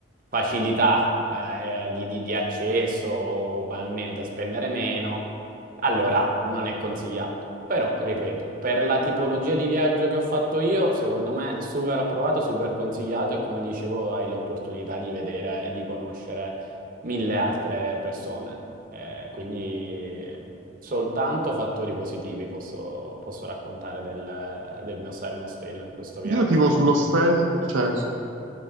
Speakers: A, on the right (about 45°); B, on the right (about 80°).
A: facilità eh, di, di- di accesso, o banalmente spendere meno. Allora, non è consigliato, però ripeto, per la tipologia di viaggio che ho fatto io, secondo me super approvato, super consigliato e come dicevo hai l'opportunità di vedere e di conoscere mille altre persone, Eh, quindi soltanto fattori positivi posso, posso raccontare del, del mio Silent Tale in questo viaggio.
B: Io tipo sull'ostello, cioè